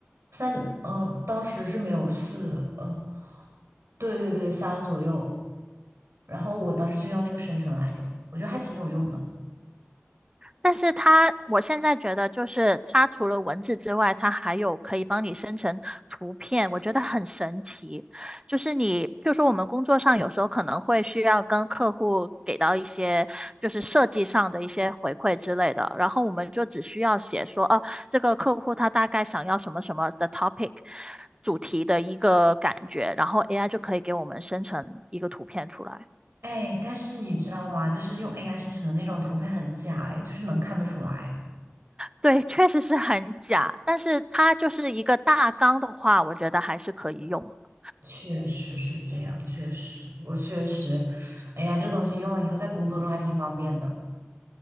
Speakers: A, on the right; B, on the right.
A: 三呃，当时是没有四呃，对对对，三左右。然后我当时就用那个生成来着，我觉得还挺有用的。
B: 但是它，我现在觉得就是它除了文字之外，它还有可以帮你生成图片，我觉得很神奇。就是你，譬如说我们工作上有时候可能会需要跟客户给到一些就是设计上的一些回馈之类的，然后我们就只需要写说，哦，这个客户他大概想要什么什么的 topic 主题的一个感觉，然后 AI 就可以给我们生成一个图片出来。
A: 哎，但是你知道吗？就是用 AI 生成的那种图片很假，哎，就是能看得出来。
B: 对，确实是很假，但是它就是一个大纲的话，我觉得还是可以用的。
A: 确实是这样，确实，我确实，哎呀，这东西用了以后在工作中还挺方便的。